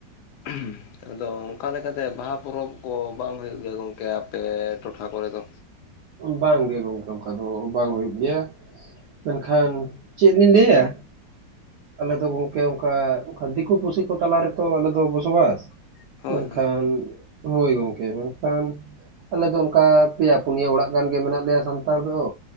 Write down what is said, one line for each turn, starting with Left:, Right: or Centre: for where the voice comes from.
Left: ᱾ ᱟᱫᱚ ᱚᱱᱠᱟ ᱞᱮᱠᱟᱛᱮ ᱵᱟᱦᱟ ᱯᱚᱨᱚᱵᱽ ᱠᱚ ᱵᱟᱝ ᱦᱩᱭᱩᱜ ᱜᱮᱭᱟ ᱜᱚᱢᱠᱮ ᱟᱯᱮ ᱴᱚᱴᱷᱟ ᱠᱚᱨᱮ ᱫᱚ?
Right: ᱵᱟᱝ ᱜᱮ ᱜᱚᱝᱠᱮ ᱚᱱᱠᱟ ᱫᱚ ᱵᱟᱝ ᱦᱩᱭᱩᱜ ᱜᱮᱭᱟ ᱾ ᱢᱮᱱᱠᱷᱟᱱ ᱪᱮᱫ ᱞᱤᱧ ᱞᱟᱹᱭᱟ ᱟᱞᱮ ᱫᱚ ᱜᱚᱝᱠᱮ ᱚᱱᱠᱟ ᱫᱤᱠᱩ ᱯᱩᱥᱤ ᱠᱚ ᱛᱟᱞᱟ ᱨᱮᱛᱚ ᱟᱞᱮ ᱫᱚ ᱵᱚᱥᱚᱵᱟᱥ ᱾
Left: ᱦᱳᱭ
Right: ᱢᱮᱱᱠᱷᱟᱱ
Left: ᱦᱳᱭ
Right: ᱦᱳᱭ ᱜᱚᱝᱠᱮ ᱢᱮᱱᱠᱷᱟᱱ ᱟᱞᱮ ᱫᱚ ᱚᱱᱠᱟ ᱯᱮᱭᱟ ᱯᱩᱱᱭᱟᱹ ᱚᱲᱟᱜ <inaudible> ᱜᱟᱱ ᱜᱮ ᱢᱮᱱᱟᱜ ᱞᱮᱭᱟ ᱥᱟᱱᱛᱟᱲ ᱫᱚ